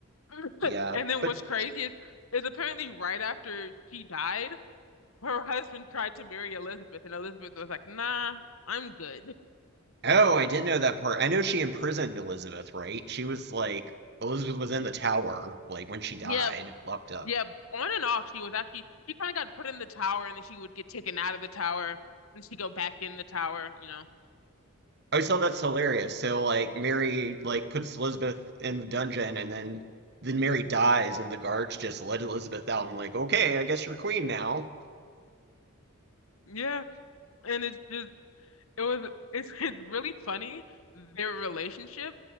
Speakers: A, on the left (about 80°); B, on the right (about 50°).
A: <laughs>
B: Yeah,
A: And then
B: but
A: what's crazy is, is apparently right after she died, her <laughs> husband tried to marry Elizabeth, and Elizabeth was like, "Nah, I'm good."
B: oh, I didn't know that part. I know she imprisoned Elizabeth, right? She was like Elizabeth was in the tower like when
A: <laughs>
B: she died,
A: Yeah,
B: locked up.
A: Yeah, on and off she was actually she kind of got put in the tower and then she would get taken out of the tower and she go back in the tower, you know.
B: I always thought that's hilarious. So like Mary like puts Elizabeth in the dungeon and then then Mary dies and the guards just let Elizabeth out. I'm like, okay, I guess you're queen now.
A: Yeah, and it's just It was it's, <laughs> it's really funny their relationship